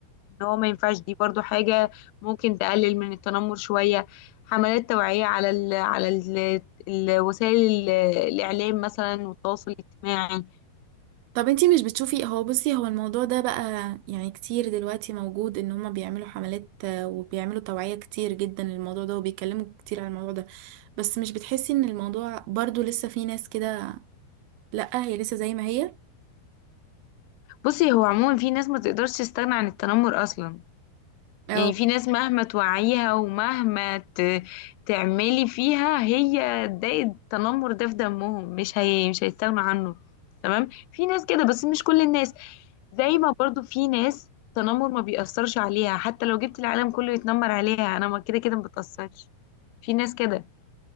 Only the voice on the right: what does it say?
طب انتي مش بتشوفي هو بصي هو الموضوع ده بقى يعني كتير دلوقتي موجود ان هما بيعملوا حملات آه، وبيعملوا توعية كتير جدا للموضوع ده وبيتكلموا كتير عن الموضوع ده بس مش بتحسي ان الموضوع برضو لسه في ناس كده لا هي لسه زي ما هي
اه